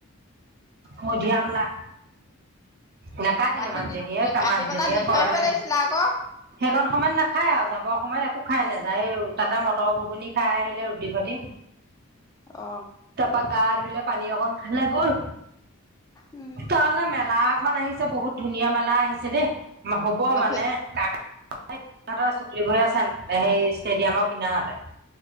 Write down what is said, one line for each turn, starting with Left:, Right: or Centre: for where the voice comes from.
Right: মধিয়াম লা নাকাাটিলো
Left: কাটি
Right: মানুজনীয়ে-মানুহজনীয়ে
Left: দি দি কাটি পেলাই দি
Right: কৰে,
Left: থৈ আহিব লাগিছিলে আকৌ
Right: সেইকন সময়ত নাখায় আৰু যা অসময়ত একো খাই নাযায়, তাতে মটৰ ঘুগুনি খাই আহিলে ৰুটি সতি।
Left: অ
Right: টাপা গা ধৰিলোৱা পানী অকন খাই লৈ গ'ল।
Left: উম
Right: কালে মেলা খন আহিছে বহুত ধুনীয়া মেলা আহিছে দেই। হ'ব
Left: লক্ষী
Right: মানে, টা তাতে সিহঁতৰ ছুটিং হৈ আছে সেই ষ্টেডিয়ামৰ কিনাৰতে।